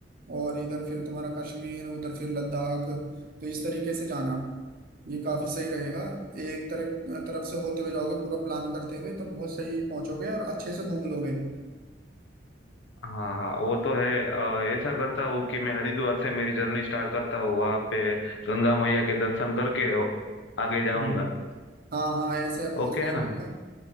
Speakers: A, on the right (about 55°); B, on the left (about 80°).
A: और इधर फिर तुम्हारा कश्मीर उधर फिर लद्दाख तो इस तरीके से जाना ये काफी सही रहेगा एक तरह तरफ से होते हुए जाओगे पूरा प्लान करते हुए तो बहुत सही पहुंचोगे और अच्छे से घूम लोगे
B: हाँ हाँ वो तो है अ, ऐसा करता हूँ कि मैं हरिद्वार से मेरी जर्नी स्टार्ट करता हूँ वहाँ पे गंगा मैया के दर्शन करके आगे जाऊँगा
A: हम्म। हाँ हाँ ऐसे बहुत
B: ओके
A: सही
B: है ना
A: रहेगा